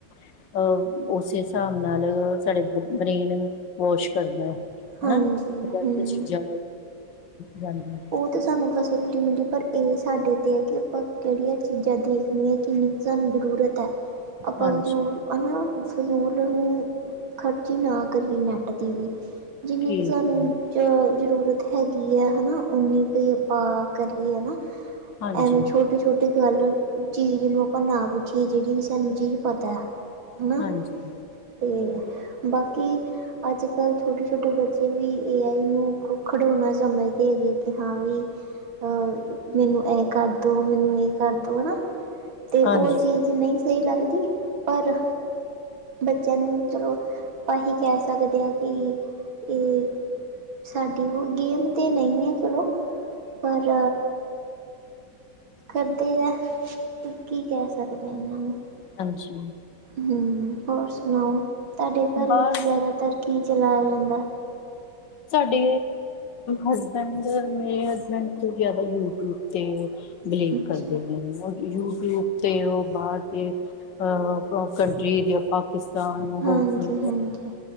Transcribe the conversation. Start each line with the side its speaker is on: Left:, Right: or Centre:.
Left: ਅ ਓਸੇ ਸਾਬ ਨਾਲ ਸਾਡੇ ਬ੍ਰੇਨ ਵਾਸ਼ ਕਰਦੈ।
Right: ਹਾਂਜੀ
Left: ਹਨਾ ਗੱਲਤ
Right: ਹੂੰ
Left: <unintelligible> ਚੀਜਾ ਜਾਂਦੀ
Right: ਤੇ ਸਾਨੂੰ ਫੈਸਿਲਿਟੀ ਮਿਲੀ ਪਰ ਇਹ ਸਾਡੇ 'ਤੇ ਹੈ ਕਿ ਆਪਾਂ ਕਿਹੜੀਆਂ ਚੀਜ਼ਾਂ ਦੇਖੀਆਂ ਕਿੰਨੀ ਕੁ ਸਾਨੂੰ ਜ਼ਰੂਰਤ ਤੇ, ਆਪਾਂ
Left: ਹਾਂਜੀ
Right: ਫਜ਼ੂਲ ਹਨਾ ਫਜ਼ੂਲ ਨੂੰ। ਖ਼ਰਚੀ ਨਾ ਕਰੀ ਏਂ ਨੈੱਟ ਦੀ ਵੀ ਜਿੰਨੀ
Left: ਠੀਕ
Right: ਕੁ ਸਾਨੂੰ।
Left: ਹੈ
Right: ਚ ਜ਼ਰੂਰਤ ਹੈਗੀ ਆ, ਹਨਾ ਓਨੀ ਕੋਈ ਅਪ ਪਾ ਕਰੀਏ ਹੈ ਨਾ
Left: ਹਾਂਜੀ
Right: ਐਵੇਂ ਛੋਟੀ-ਛੋਟੀ ਗੱਲ ਚੀਜ਼ ਨੂੰ ਆਪਾਂ ਨਾ ਪੁੱਛੀਏ ਜਿਹੜੀ ਵੀ ਸਾਨੂੰ ਚੀਜ਼ ਪਤਾ ਆ ਹਨਾ
Left: ਹਾਂਜੀ
Right: ਤੇ ਬਾਕੀ ਅੱਜ ਕੱਲ੍ਹ ਛੋਟੀੇ ਛੋਟੇ ਬੱਚੇ ਵੀ ਏ ਆਈ ਨੂੰ ਖ ਖਡੋਣਾ ਸਮਝਦੇ ਹੈਗੇ, ਕਿ ਹਾਂ ਵੀ ਅ ਮੈਨੂੰ ਇਹ ਕਰਦੋ ਮੈਨੂੰ ਇਹ ਕਰ ਦੋ ਆ ਨਾ ਤੇ, ਉਹ
Left: ਹਾਂਜੀ
Right: ਚੀਜ਼ ਨਹੀਂ ਸਹੀ ਲੱਗਦੀ। ਪਰ ਬੱਚਿਆਂ ਨੂੰ ਚਲੋ ਆਪਾਂ ਹੀ ਕਹਿ ਸਕਦੇ ਹਾਂ। ਕਿ ਏ ਸਾਡੀ ਓ ਗੇਮ ਤੇ ਨਹੀਂ ਐ। ਚਲੋ ਪਰ ਕਰਦੇ ਆ ਤੇ, ਕੀ ਕਹਿ ਸਕਦੇ ਇਨਾਂ ਨੂੰ
Left: ਹਾਂਜੀ।
Right: ਹੂੰ, ਹੋਰ ਸੁਣਾਓ, ਤੁਹਾਡੇ ਘਰ
Left: ਬਸ
Right: ਵਿੱਚ ਜ਼ਿਆਦਾਤਰ ਕੀ ਚਲਾਇਆ ਜਾਂਦੈ?
Left: ਸਾਡੇ ਹਸਬੈਂਡ, ਮੇਰੇ ਹਸਬੈਂਡ ਤੋਂ ਜ਼ਿਆਦਾ ਯੂਟਿਊਬ ਤੇ ਬਿਲੀਵ
Right: ਅੱਛਾ
Left: ਕਰਦੇ ਪੈ ਨੇ ਯੂਟਿਊਬ ਤੇ ਉਹ ਬਾਹਰ ਦੀ, ਅ <unintelligible> ਦੀ ਆਪਾਂ ਪਾਕਿਸਤਾਨ, ਹੋਰ
Right: ਹਾਂਜੀ
Left: ਕੋਈ
Right: ਹਾਂਜੀ